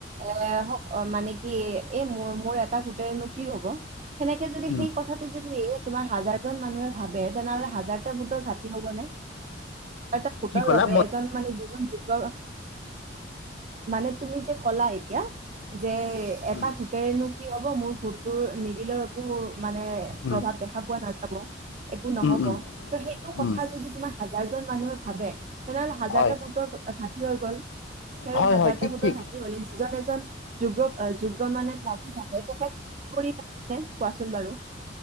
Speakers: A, on the right; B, on the left.
A: এ অ মানে কি এই মোৰ মোৰ এটা গোটনো কি হব সেনেকে যদি
B: উম,
A: সেই কথাটো যদিম তোমাৰ হাজাৰজন মানুহে ভাবে তেনেহলে হাজাৰটা ভোটৰ ঘাটি হ'ব ন হাজাৰ ভোটৰ
B: কি ক'লা
A: বাবে
B: মই
A: এজন মানে য <unintelligible> মানে তুমি যে কলা এতিয়াৰ যে এটা
B: উম,
A: ভোটেৰেনো কি হ'ব মোৰ ভোটটো নিদিলেও একো মানে
B: উম,
A: প্ৰভাৱ দেখা পোৱা নাযাব। একো নহব
B: উম, উম,
A: ত সেইটো কথা
B: উম,
A: যদি তোমাৰ হাজাৰ জন মানুহে ভাবে তেনেহলে হাজাৰটা
B: হয়
A: ভোটৰ ঘাঁটি হৈ গল, স
B: হয়
A: হাজাৰটা
B: হয় ঠিক
A: ভোটৰ
B: ঠিক
A: ঘাটি হলে যিজন এজন যোগ যোগ্য মানে <unintelligible> কোৱাচোন বাৰু।